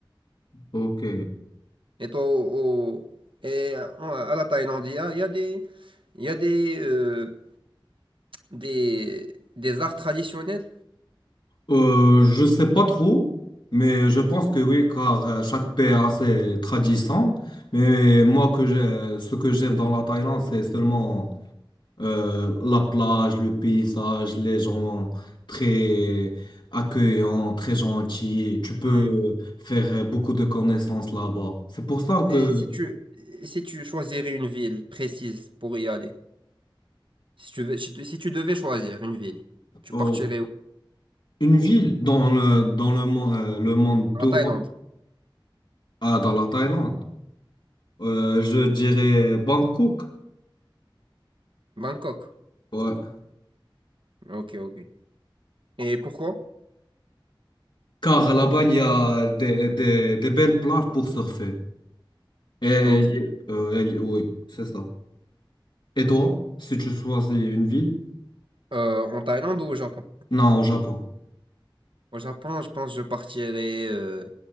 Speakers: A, on the left; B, on the right.
A: ok.
B: Et, au- au- et en- à la Thaïlande, il y a, il y a des, il y a des, euh, des, des arts traditionnels.
A: Euh, je sais pas trop, mais je pense que oui, car euh, chaque pays a ses traditions. Mais moi, que j'ai- euh, ce que j'aime dans la Thaïlande, c'est seulement euh, la plage, le paysage, les gens très accueillants, très gentils. Tu peux
B: Hmm.
A: faire beaucoup de connaissances là-bas. C'est pour ça
B: Et
A: que
B: si tu, et si tu choisirais une ville précise pour y aller, si tu veux- si tu, si tu devais choisir une ville, tu
A: euh,
B: partirais où?
A: une ville dans le, dans le, mo- euh, le monde tout,
B: En Thaïlande,
A: ah, dans la Thaïlande, euh, je dirais Bangkok.
B: Bangkok.
A: Ouais.
B: Ok, ok. Et pourquoi?
A: Car là-bas, il y a des, des, des belles plages pour surfer. Et,
B: Ok.
A: il euh, il oui, c'est ça. Et toi, si tu choisis une ville?
B: Euh, en Thaïlande ou au Japon?
A: Non, au Japon.
B: Au Japon, je pense que je partirais euh,